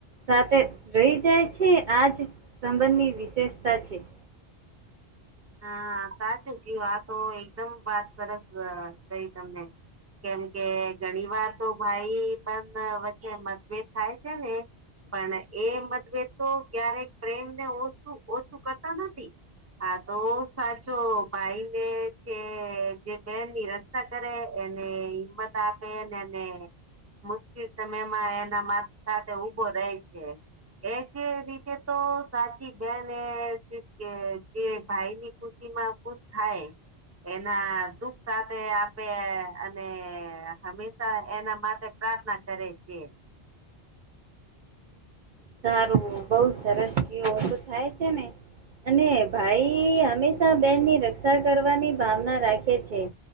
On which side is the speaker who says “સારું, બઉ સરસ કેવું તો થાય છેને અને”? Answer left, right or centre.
Right